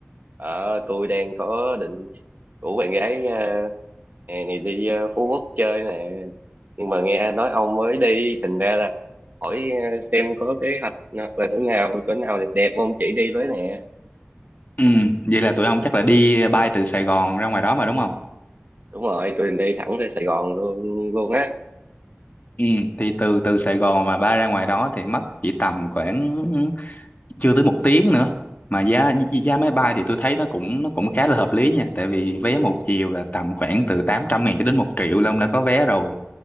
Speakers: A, on the right; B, on the left.
A: Ờ, tôi đang có định rủ bạn gái ờ, hè này đi ờ, Phú Quốc chơi nè. Nhưng mà nghe ai nói ông mới đi, thành ra là hỏi ờ, xem có kế hoạch nào- là chỗ nào, chỗ nào đẹp đẹp ông chỉ đi với nè.
B: ừ, vậy là tụi ông chắc là đi bay từ Sài Gòn ra ngoài đó mà đúng không
A: Đúng rồi, tôi định đi thẳng ra Sài Gòn luôn luôn á.
B: ừ, thì từ từ Sài Gòn mà bay ra ngoài đó thì mất chỉ tầm khoảng chưa tới một tiếng nữa mà giá giá máy bay thì tôi thấy nó cũng nó cũng khá là hợp lý nha tại vì vé một chiều là tầm khoảng từ 800 ngàn cho đến một triệu là ông đã có vé rồi